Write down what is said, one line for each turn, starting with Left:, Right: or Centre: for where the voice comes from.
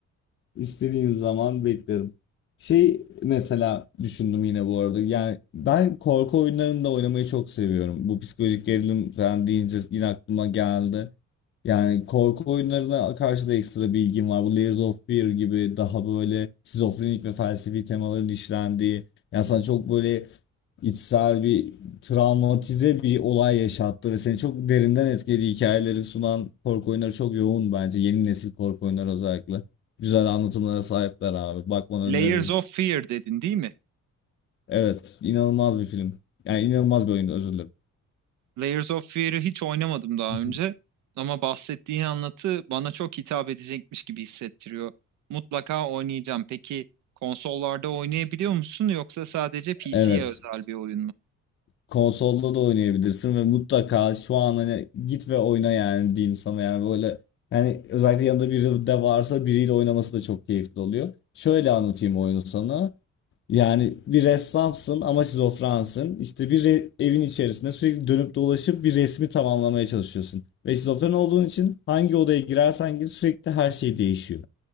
Left: İstediğin zaman beklerim. Şey mesela düşündüm yine bu arada. Yani ben korku oyunlarını da oynamayı çok seviyorum. Bu psikolojik gerilim falan deyince yine aklıma geldi. Yani korku oyunlarına karşı da ekstra bilgim var. Bu Layers of Fear gibi daha böyle şizofrenik ve felsefi temaların işlendiği. Yani sana çok böyle içsel bir travmatize bir olay yaşattı ve seni çok derinden etkili hikayeleri sunan korku oyunları çok yoğun bence. Yeni nesil korku oyunları özellikle. Güzel anlatımlara sahipler abi. Bakmanı
Right: Layers
Left: öneririm.
Right: of Fear dedin değil mi?
Left: Evet, inanılmaz bir film. Yani inanılmaz bir oyun özür dilerim.
Right: Layers of Fear'ı hiç oynamadım daha
Left: <laughs>
Right: önce. Ama bahsettiğin anlatı bana çok hitap edecekmiş gibi hissettiriyor. Mutlaka oynayacağım. Peki konsollarda oynayabiliyor musun yoksa sadece PC'ye
Left: Evet.
Right: özel bir oyun mu?
Left: Konsolda da oynayabilirsin ve mutlaka şu an hani git ve oyna yani diyeyim sana yani böyle yani özellikle yanında biri de varsa biriyle oynaması da çok keyifli oluyor. Şöyle anlatayım oyunu sana. Yani bir ressamsın ama şizofrensin. İşte bir re- evin içerisinde sürekli dönüp dolaşıp bir resmi tamamlamaya çalışıyorsun. Ve şizofren olduğun için hangi odaya girersen gir sürekli her şey değişiyor.